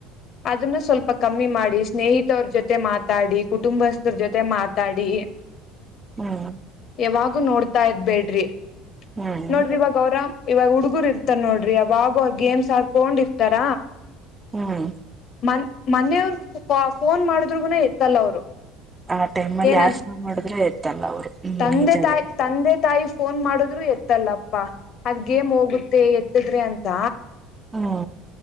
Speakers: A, on the left (about 55°); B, on the right (about 20°).
A: ಅದನ್ನು ಸ್ವಲ್ಪ ಕಮ್ಮಿ ಮಾಡಿ ಸ್ನೇಹಿತವರ ಜೊತೆ ಮಾತಾಡಿ ಕುಟುಂಬಸ್ಥರ ಜೊತೆ ಮಾತಾಡಿ
B: ಹ್ಮ್
A: ಯಾವಾಗು ನೋಡ್ತಾ ಇದ್ ಬೇಡ್ರಿ
B: ಹ್ಮ್
A: ನೋಡ್ರಿ ಇವಾಗೌರಾ ಇವಾಗ ಹುಡ್ಗುರು ಇರ್ತಾರ ನೋಡ್ರಿ ಅವಾಗೋ ಅವರು ಗೇಮ್ಸ್ ಆರ್ಕೊಂಡಿರ್ತಾರ
B: ಹ್ಮ
A: ಮ ಮನೆಯವ್ರು ಫೋನ್ ಮಾಡಿದ್ರುಗೂನ ಎತ್ತಲ್ಲ ಅವ್ರು
B: ಆ ಟೈಮ್ಲ್ಲಿ
A: ಏನಂತ
B: ಯಾರ ಫೋನ್ ಮಾಡಿದ್ರೆ ಎತ್ತಲ್ಲ ಅವ್ರು ಹ್ಮ್
A: ತಂದೆ
B: ನಿಜಾನೇ
A: ತಾಯಿ ತಂದೆ ತಾಯಿ ಫೋನ್ ಮಾಡುದ್ರು ಎತ್ತಲ್ಲಪ್ಪಾ ಅದ್ಗೇಮ್ ಹೋಗುತ್ತೆ ಎ ಹತಿದ್ರೆ ಅಂತ
B: ಹಾ